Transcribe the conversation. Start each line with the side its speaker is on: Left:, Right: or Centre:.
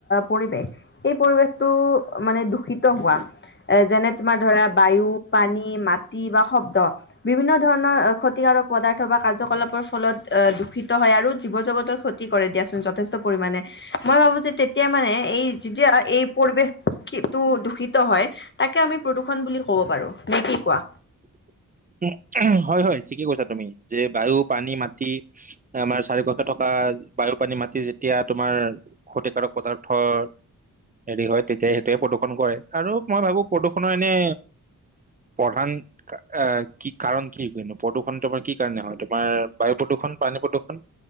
Left: পৰিৱেশ, সেই পৰিৱেশটো মানে দূষিত হোৱা। যেনে তোমাৰ ধৰা বায়ু, পানী, মাটি বা শব্দ বিভিন্ন ধৰণৰ ক্ষতিকাৰক পদাৰ্থ বা কাৰ্যকলাপৰ ফলত অ দূষিত হয় আৰু জীৱ জগতৰ ক্ষতি কৰে দিয়াচোন যথেষ্ট পৰিমাণে, মই ভাবো যে তেতিয়া মানে এই যেতিয়া, এই পৰিৱেশটো দূষিত হয়, তাকে আমি প্ৰদূ্ষণ বুলি ক'ব পাৰোঁ। নে কি কোৱা?
Right: <inaudible> উ হয়, হয়। ঠিকে কৈছা তুমি, যে বায়ু, পানী, মাটি আমাৰ চাৰিপাশে থকা বায়ু, পানী, মাটি যেতিয়া তোমাৰ ক্ষতিকাৰক পদাৰ্থৰ হেৰি হয়, তেতিয়াই সেইটোৱে প্ৰদূষণ কৰে। আৰু মই ভাবো প্ৰদূ্ষণৰ এনে প্ৰধান <inaudible> আ কি কাৰণ কি কিয়নো, প্ৰদূষণ তোমাৰ কি কাৰণে হয়, তোমাৰ বায়ু প্ৰদূষণ, পানী প্ৰদূষণ